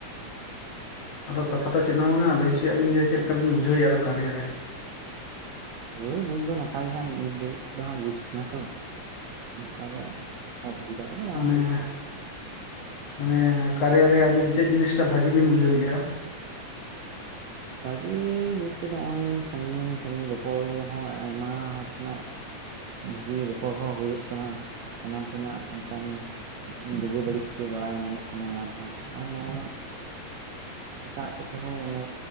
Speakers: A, on the left (about 60°); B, on the right (about 75°).
A: ᱟᱫᱚ ᱠᱟᱛᱷᱟ ᱫᱚ ᱪᱮᱫ? ᱚᱱᱟ ᱵᱟᱝ ᱞᱟᱹᱭ ᱚᱪᱚᱭᱮᱫ ᱞᱤᱧ ᱪᱮᱫ ᱞᱮᱠᱟ ᱵᱤᱱ ᱵᱩᱡᱷᱟᱹᱣᱮᱫᱼᱟ ᱠᱟᱨᱭᱟ ᱨᱮ
B: ᱦᱳᱭ ᱵᱩᱡ ᱫᱚ ᱱᱟᱯᱟᱭ ᱜᱮ ᱦᱟᱸᱜ ᱱᱤᱛ ᱫᱷᱟᱹᱵᱤᱡ ᱛᱮᱫᱚ ᱦᱟᱸᱜ ᱵᱩᱡᱷ ᱠᱟᱱᱟ ᱛᱚ ᱚᱱᱠᱟ ᱫᱚ ᱚᱥᱩᱵᱤᱫᱟ ᱠᱚᱫᱚ ᱵᱟᱝ
A: ᱢᱟᱱᱮ
B: ᱦᱩᱭ ᱟᱠᱟᱱᱟ
A: ᱢᱟᱱᱮ ᱠᱟᱨᱤᱭᱟ ᱨᱮ ᱟᱹᱵᱤᱱ ᱪᱮᱫ ᱡᱤᱱᱤᱥᱴᱟ ᱵᱷᱟᱹᱜᱤ ᱵᱤᱱ ᱵᱩᱡᱷᱟᱹᱣᱮᱫᱼᱟ?
B: ᱵᱷᱟᱹᱜᱮ ᱵᱩᱡᱽᱛᱮᱚ ᱱᱚᱜ ᱚᱭ ᱥᱟᱺᱜᱤᱧ ᱥᱟᱺᱜᱤᱧ ᱨᱚᱯᱚᱲ ᱦᱚᱸᱚᱸ ᱟᱭᱢᱟ ᱦᱚᱲ ᱥᱟᱱᱟᱜ ᱵᱷᱟᱹᱜᱤ ᱨᱚᱯᱚᱲ ᱦᱚᱸ ᱦᱳᱭᱳᱜ ᱠᱟᱱᱟ ᱥᱟᱱᱟᱢ ᱥᱮᱱᱟᱜ ᱚᱱᱠᱟᱱ ᱵᱩᱜᱤ ᱵᱟᱹᱲᱤᱡ ᱠᱚ ᱵᱟᱲᱟᱭ ᱧᱟᱢᱚᱜ ᱠᱟᱱᱟ ᱧᱟᱢ ᱦᱚᱸ ᱟᱨ ᱱᱚᱣᱟ ᱫᱟᱜ ᱥᱮᱫ ᱛᱮᱦᱚᱸ ᱚᱱᱮ